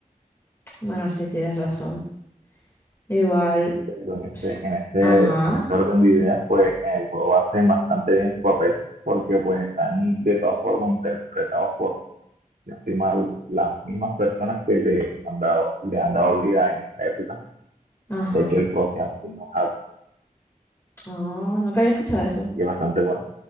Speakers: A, on the left; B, on the right.
A: Bueno, sí, tienes razón. Igual.
B: pero en ese,
A: s-
B: en ese,
A: Ajá.
B: en ese orden de ideas, pues en el juego hacen bastante bien su papel, porque pues están de todas formas interpretados por si no estoy mal, las mismas personas que le han dado, le han dado vida en esta época.
A: Ajá.
B: De hecho, el juego se llama Kingdom Hearts
A: Ah, nunca había escuchado eso.
B: y es bastante bueno.